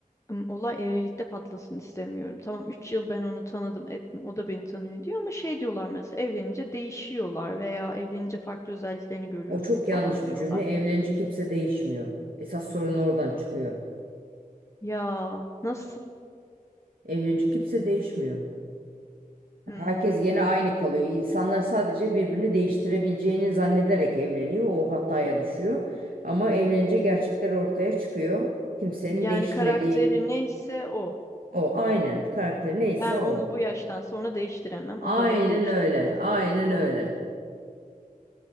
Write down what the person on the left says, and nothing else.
ım, olay evlilikte patlasın istemiyorum. Tamam 3 yıl ben onu tanıdım, ettim. O da beni tanıyor diyor ama şey diyorlar mesela evlenince değişiyorlar veya evlenince farklı özelliklerini görüyorsun
falan diyorlar.
Ya nasıl?
Hmm,
Yani
karakteri neyse o.
Ben onu
bu yaştan sonra değiştiremem.
O da beni değiştiremez.